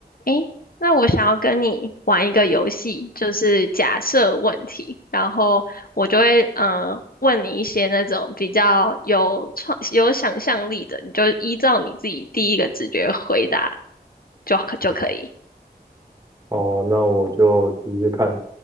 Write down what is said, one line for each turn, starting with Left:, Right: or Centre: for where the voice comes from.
Left: 诶，那我想要跟你玩一个游戏，就是假设问题，然后我就会嗯、呃问你一些那种比较有创有想象力的，你就依照你自己第一个直觉回答就就可以。
Right: 哦，那我就试试看。